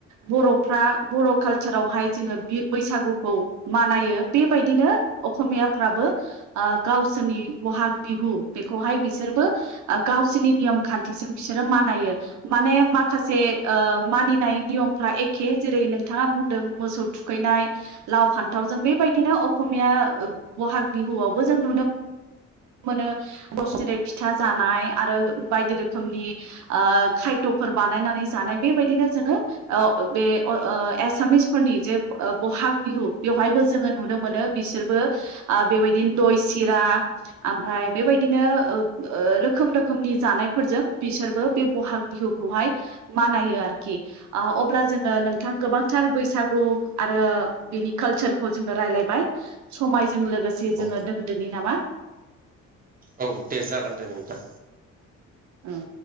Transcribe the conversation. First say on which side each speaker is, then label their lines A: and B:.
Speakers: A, on the right (about 70°); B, on the right (about 30°).
A: बर'फ्रा बर' कालचारावहाय जोङो बैसागुखौ मानायो बेबायदिनो असमियाफ्रा ब्रांडों ओ गावसोरनि बहाग बिहु बेखौहाय बिसोरबो गावसोरनि नियम खान्थिजों बिसोरो मानायो माने माखासे मानिनाय नियमफ्रा एखे जेरै नोंथाङा बुंदों मोसौ थुखैनाय लाव फान्थावजों बेबायदिनो अकमिया बहाग बिहुआवबो जों नुनो
B: <inaudible>
A: मोनो बोसोरै फिथा जानाय आरो बायदि रोखोमनि आ खायद फोर बानायनानै जानाय बेबायदिनो जोङो बे आसामिसफोरनि जे बहाग बिहु बेवहायबो जोङो नुनो मोनो बिसोरबो आ बेबायदिनो दय सिरा ओमफ्राय बेबायदिनो रोखोम रोखोमनि जानायफोरजों बिसोरबो बे बहाग बिहु खौहाय मानायो आरोखि अब्ला जोङो नोंथां गोबांथार बैसागु आरो बिनि कालसारखौ जोङो रायज्लायबाय समायजों लोगोसे
B: औ
A: जोङो दोनदोनि नामा
B: औ दे जागोन दे नोंथां
A: औ